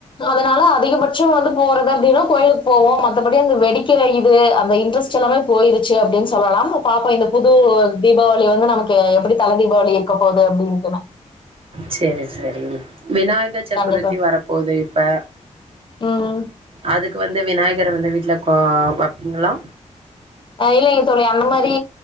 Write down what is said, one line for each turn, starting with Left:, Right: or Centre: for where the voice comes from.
Left: அதனால அதிகபச்சும்அந்தவந்து போற்றது அப்படினா கோயிலுகு போவோம் மத்தடி அந்த வெடிக்கிற இது அந்த இன்டெரெஸ்ட் ச்சயிலமேபோயிருச்சி அப்படின்னு சொல்லாம பாப்போம் இந்த புது தீபாவளி வந்து நமக்கு எப்படி தல தீபாவளி இருக்க போகுதுன்னு இமா
Right: சேரி சேரி விநாயகர் சக்குரத்தி
Left: கண்டிப்பா
Right: வரப்போது இப்ப
Left: ம்
Right: அதுக்கு வந்து விநாயகர வந்து வீட்டில கொ வப்பிங்களா
Left: அஹ இல்லங்க தோழி அந்த மாரி